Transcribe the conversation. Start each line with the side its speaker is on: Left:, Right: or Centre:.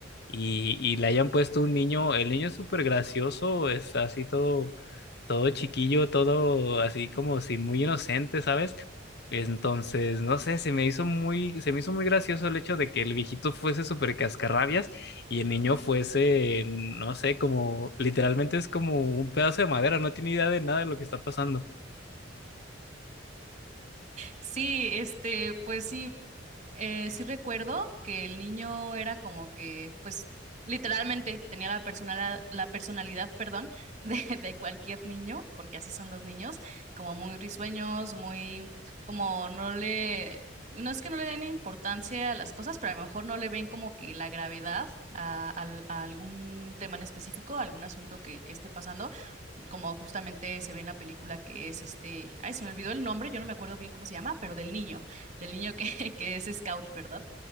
Left: y, y le hayan puesto un niño, el niño es súper gracioso, es así todo, todo chiquillo, todo así como si muy inocente, ¿sabes? Entonces, no sé, se me hizo muy, se me hizo muy gracioso el hecho de que el viejito fuese súper cascarrabias y el niño fuese, no sé, como literalmente es como un pedazo de madera, no tiene idea de nada de lo que está pasando.
Right: Sí, este, pues sí, eh, sí recuerdo que el niño era como que, pues, literalmente tenía la personalidad, la personalidad, perdón, <laughs> de, de cualquier niño, porque así son los niños, como muy risueños, muy, como no le, no es que no le den importancia a las cosas, pero a lo mejor no le ven como que la gravedad a, al- a algún tema en específico, a algún asunto que, que esté pasando y como justamente se ve en la película que es este, ay, se me olvidó el nombre, yo no me acuerdo bien cómo se llama, pero del niño, del niño que, <laughs> que es scout, ¿verdad?